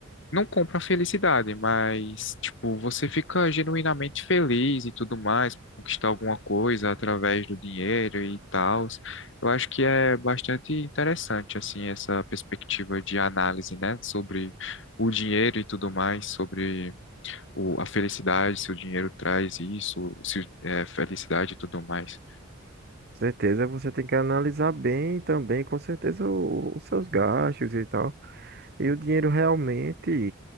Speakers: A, on the left; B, on the right.
A: não compra felicidade, mas, tipo, você fica genuinamente feliz e tudo mais, conquistar alguma coisa através do dinheiro e tal. Eu acho que é bastante interessante, assim, essa perspectiva de análise, né, sobre o dinheiro e tudo mais, sobre o, a felicidade, se o dinheiro traz isso, se é felicidade e tudo mais.
B: certeza você tem que analisar bem também, com certeza, o- os seus gastos e tal. E o dinheiro realmente